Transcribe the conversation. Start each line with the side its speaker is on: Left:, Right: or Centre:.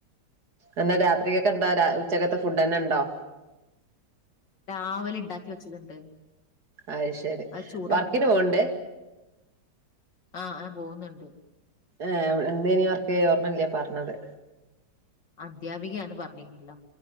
Right: എന്നന്താ രാത്രിക്കൊക്കെന്താ ഉച്ചക്കത്തെ ഫുഡ്ന്നെ ഉണ്ടോ
Left: രാവിലെ ഉണ്ടാക്കി വെച്ചതുണ്ട്
Right: അ ത്ശരി
Left: അത് ചൂടാക്കും
Right: വർക്കിന് പോവ്ണ്ട്
Left: ആഹ് ആ പോകുന്നുണ്ട്
Right: ആ എന്തേനി വർക്ക് ഓർമ്മല്ല്യ പറഞ്ഞത്
Left: അദ്ധ്യാപികന്ന് പറഞ്ഞിില്ലല്ലോ